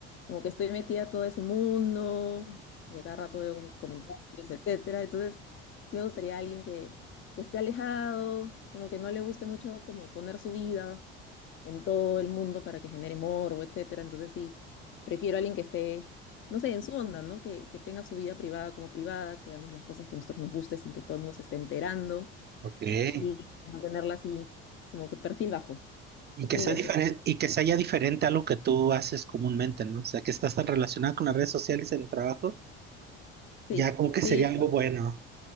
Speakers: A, on the left (about 45°); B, on the right (about 35°).
A: como que estoy metida a todo ese mundo y a cada rato veo como comentarios, etcétera. Entonces sí me gustaría alguien que, que esté alejado, como que no le guste mucho como poner su vida en todo el mundo para que genere morbo, etcétera. Entonces sí, prefiero a alguien que esté, no sé, en su onda, ¿no? Que, que tenga su vida privada como privada, que hagamos las cosas que a nosotros nos guste sin que todo el mundo se esté enterando
B: ok.
A: y mantenerla así, como que perfil bajo,
B: Y que
A: mil
B: sea
A: veces.
B: diferente, y que sea ya diferente a lo que tú haces comúnmente, ¿no? O sea, que estás tan relacionado con las redes sociales en el trabajo,
A: Sí,
B: ya como que
A: sí,
B: sería algo bueno.